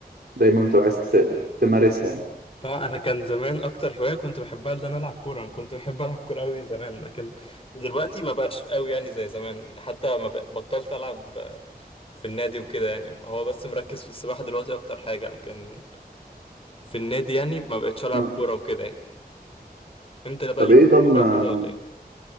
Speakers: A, on the right (about 75°); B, on the left (about 35°).
A: دايما بتبقى عايز ت- تمارسها يعني
B: اه انا كان زمان اكتر هواية كنت بحبها ان انا العب كورة انا كنت بحب العب كورة قوي زمان لكن دلوقتي ما بقاش قوي يعني زي زمان حتى ما بق- بطلت العب في النادي وكده يعني هو بس مركز في السباحة دلوقتي أكتر حاجة لكن في النادي يعني ما بقتش ألعب
A: آه.
B: كورة وكده يعني أنت بقى
A: طب
B: ليك
A: ايه
B: في الكورة
A: طب ما
B: وكده ولا إيه؟